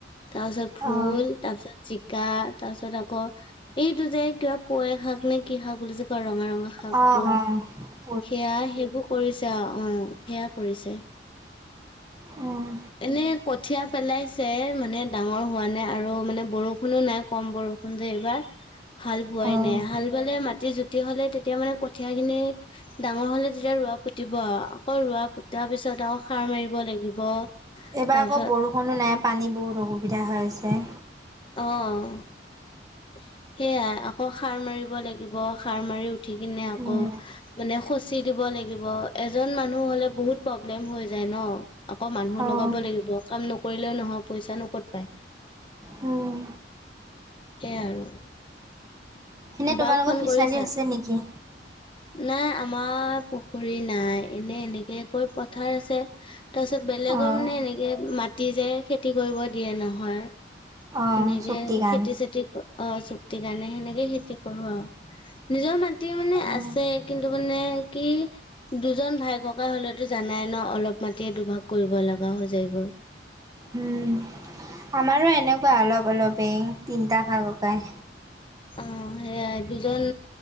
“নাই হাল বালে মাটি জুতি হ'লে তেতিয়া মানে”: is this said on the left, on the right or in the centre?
Left